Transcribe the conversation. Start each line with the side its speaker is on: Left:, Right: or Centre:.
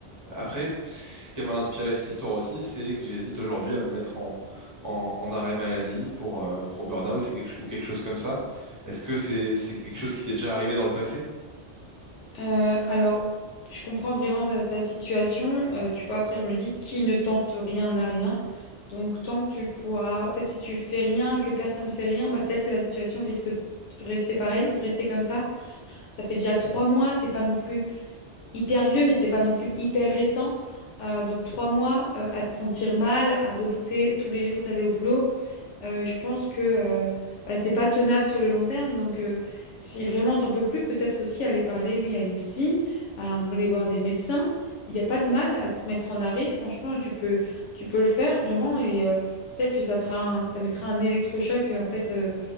Right: Après, ce qui m'a inspiré cette histoire aussi, c'est que j'hésite aujourd'hui à me mettre en, en- en arrêt maladie pour, euh, pour burn-out et quelque- ou quelque chose comme ça. Est-ce que c'est, c'est quelque chose qui t'est déjà arrivé dans le passé?
Left: Euh, alors, je comprends vraiment ta, ta situation. Euh, tu vois, après, je me dis, qui ne tente rien n'a rien. Donc, tant que tu pourras... En fait, si tu fais rien, que personne ne fait rien, bah, peut-être que la situation risque de rester pareille, de rester comme ça. Ça fait déjà trois mois, c'est pas non plus... hyper vieux, mais c'est pas non plus hyper récent. Euh, donc trois mois euh, à te sentir mal, à redouter tous les jours d'aller au boulot, euh, je pense que euh, bah, c'est pas tenable sur le long terme. Donc euh, si vraiment t'en peux plus, peut-être aussi aller parler, oui, à une psy, à aller voir des médecins. Il n'y a pas de mal à se mettre en arrêt, franchement, tu peux, tu peux le faire vraiment et euh, peut-être que ça fera un- ça mettra un électrochoc euh, en fait euh,